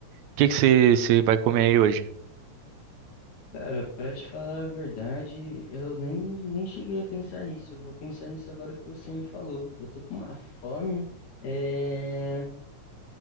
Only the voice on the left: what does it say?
Cara, pra te falar a verdade, eu nem, nem cheguei a pensar nisso. Eu Vou pensar nisso agora que você me falou. Eu tô com uma fome, é...